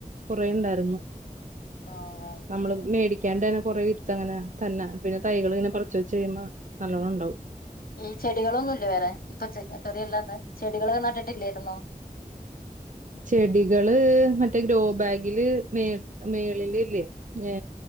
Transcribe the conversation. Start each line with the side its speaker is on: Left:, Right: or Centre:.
Right: കൊറേണ്ടാർന്നു.
Left: ആ ഉവ്വ്
Right: നമ്മൾ
Left: ഉം
Right: മേടിക്കാണ്ടേണ് കൊറേ വിത്തങ്ങനെ തന്ന പിന്നെ തൈകളിങ്ങനെ പറിച് വെച്ച്കഴിയുമ്പോൾ നല്ലോണം ണ്ടാവും.
Left: ഈ ചെടുകളൊന്നുല്ലേ വേറെ ഈ പച്ചക്കറിയല്ലാ ചെടികളൊന്നും നട്ടിട്ടില്ലേർനൊ
Right: ചെടികള് മറ്റേ ഗ്രോബാഗിൽ മേ മേളിലില്ലേ യേ